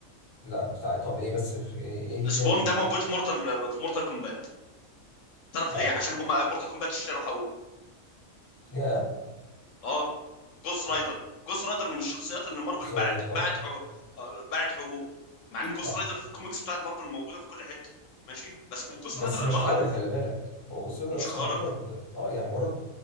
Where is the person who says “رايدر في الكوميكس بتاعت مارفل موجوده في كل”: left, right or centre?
Left